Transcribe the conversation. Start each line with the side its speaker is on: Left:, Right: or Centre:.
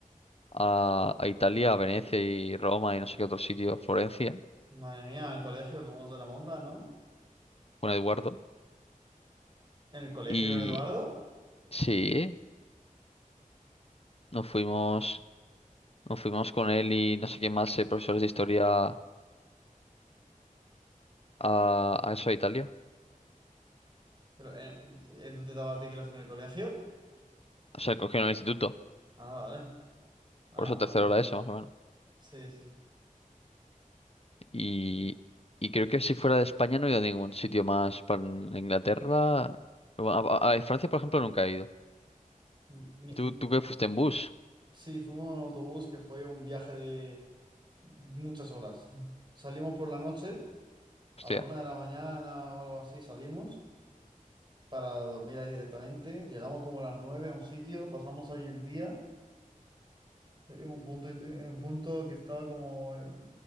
Left: a, a Italia, a Venecia y Roma y no sé qué otro sitio, Florencia,
Right: Madre mía, en el colegio, ¿cómo se la monta, no?
Left: con Eduardo.
Right: ¿En el colegio
Left: Y
Right: con Eduardo?
Left: sí, nos fuimos. Nos fuimos con él y no sé quién más, eh, profesores de historia, a, a eso, a Italia.
Right: ¿Pero eh, Edu te daba clases en el colegio?
Left: O sea, cogieron el instituto.
Right: Ah, vale. Ah,
Left: Por eso
Right: bueno,
Left: tercero
Right: es...
Left: era eso, más o menos.
Right: Sí, sí.
Left: Y, y creo que si fuera de España no he ido a ningún sitio más. Para Inglaterra. bueno, A, a- a Francia, por ejemplo, nunca he ido.
Right: Ni- ni-
Left: ¿Y tú, tú que fuiste en bus?
Right: Sí, fuimos en autobús que fue un viaje de muchas horas. <laughs> Salimos por la noche,
Left: Hostia.
Right: a la una de la mañana o algo así, salimos para dormir ahí directamente. Llegamos como a las nueve a un sitio, pasamos ahí el día, en un punto, en un punto que estaba como... eh,